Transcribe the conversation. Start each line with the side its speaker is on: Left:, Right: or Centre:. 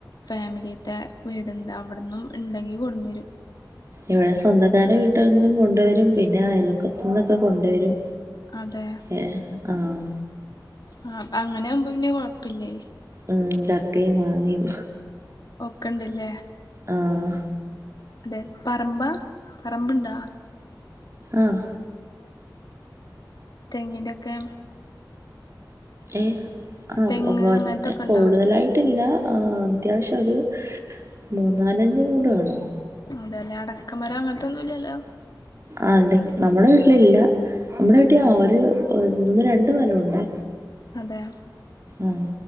Left: ഫാമിലിത്തെ വീടുണ്ട് അവിടുന്നും ഉണ്ടെങ്കിൽ കൊടു തരും
Right: ഇവിടെ സ്വന്തക്കാരെ വീട്ടിൽ നിന്നും കൊണ്ടുവരും പിന്നെ അയൽക്കത്തുന്നൊക്കെ കൊണ്ടുവരും
Left: അതെ
Right: എഹ് ആഹ്
Left: ആഹ് അപ്പ അങ്ങനെ ആകുമ്പോ പിന്നെ കൊഴപ്പില്ലേ
Right: ഉം ചക്കയും മാങ്ങയും
Left: ഒക്കണ്ടല്ലേ
Right: ആഹ്
Left: അതെ പറമ്പാ പറമ്പുണ്ടോ
Right: ആഹ്.
Left: തെങ്ങിന്റെക്കെ.
Right: ഏഹ്, ആഹ്
Left: തെങ്ങ്
Right: ഒന്നോ
Left: അങ്ങനത്തൊക്കെ
Right: രണ്ടോ
Left: ഉണ്ടോ
Right: കൂടുതലായി ട്ടില്ല അത്യാവശ്യം ഒരു മൂന്നാലഞ്ച് മൂട് കാണും.
Left: അതെല്ലേ അടക്കമരം അങ്ങനത്തെന്നും ഇല്ലല്ലോ.
Right: ആടക്ക് നമ്മടെ വീട്ടിലില്ല. നമ്മുടെ വീട്ടി ആ ഒരു ഒന്ന് രണ്ട് മരം ഉണ്ടേ.
Left: അതെ.
Right: ആഹ്.